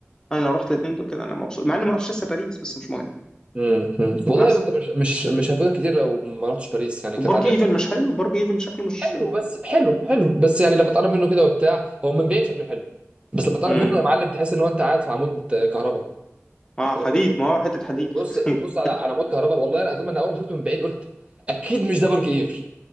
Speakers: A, on the left; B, on the right.
A: أنا لو رحت الاتنين دول كده أنا مبسوط مع إني ما رحتش لسه باريس بس مش مهم
B: مم. مم. والله
A: بس
B: انت مش مش مش هيفوتك كتير لو ما رحتش باريس يعني كانت
A: وبرج
B: عاديه
A: إيفل
B: خالص
A: مش حلو برج إيفل شكله مش
B: حلو بس حلو حلو بس يعني لما تقرب منه كده وبتاع هو من بعيد شكله حلو بس لما تقرب
A: مم.
B: منه يا معلم تحس ان هو انت قاعد في عمود كهرباء
A: آه
B: بتبص
A: حديد ما هو حتة حديد
B: بتبص
A: حرفيا
B: بتبص على على عمود كهرباء والله العظيم انا اول ما شفته من بعيد قلت اكيد مش ده برج ايفل